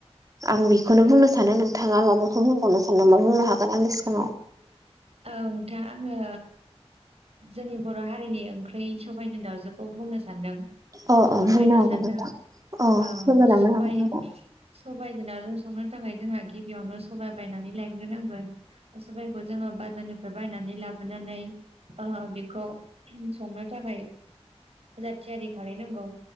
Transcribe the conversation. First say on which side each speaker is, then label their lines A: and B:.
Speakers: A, on the right; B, on the right.
A: आं बिखोनो बुंनो सानो नोंथाङा माबाफोर बुंबावनो सानदोंबा बुंबावनो हागोन आंनि सिगाङाव।
B: औ नोंथां आङो जोंनि बर' हारिनि ओंख ओमफाय सबाइजों दाउजोखौ बुंनो सानदों।
A: अ अ
B: फोरमायनो
A: बुंनो हागोन
B: सानदों
A: नोंथां अ
B: ओं
A: फोरमायलांनो
B: सबाइ
A: हागोन नोंथां
B: सबाइजों नाजों संनो थाखाय जोंहा गिबियावनो सबाइ बायनानै लायग्रोनांगोन सबाइखौ जोङो बाजारनिफ्राय बायनानै लाबोनानै ओ बेखौ संनो थाखाय जा थियारि खालायनांगौ